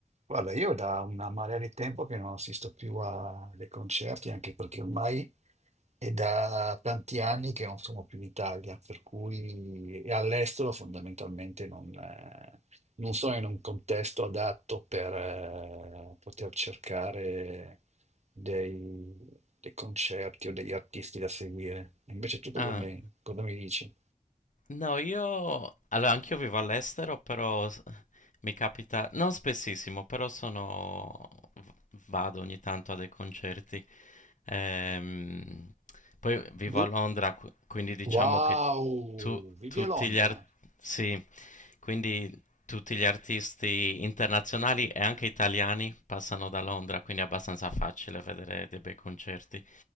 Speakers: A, on the right; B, on the left.
A: Guarda, io da una marea di tempo che non assisto più a- ai concerti, anche perché ormai è da tanti anni che non sono più in Italia, per cui e all'estero fondamentalmente non, eh, non sono in un contesto adatto per eh, poter cercare dei, dei concerti o degli artisti da seguire. Invece tu cosa
B: Ah,
A: mi, cosa mi dici?
B: no, io... Allora, anch'io vivo all'estero, però s- mi capita... Non spessissimo, però sono... v- Vado ogni tanto a dei concerti. Ehm, Poi vivo
A: Du-
B: a Londra, qu- quindi diciamo
A: Wow,
B: che tu-
A: vivi
B: tutti
A: a Londra?
B: gli artisti... Sì, quindi tutti gli artisti internazionali e anche italiani passano da Londra, quindi è abbastanza facile vedere dei bei concerti.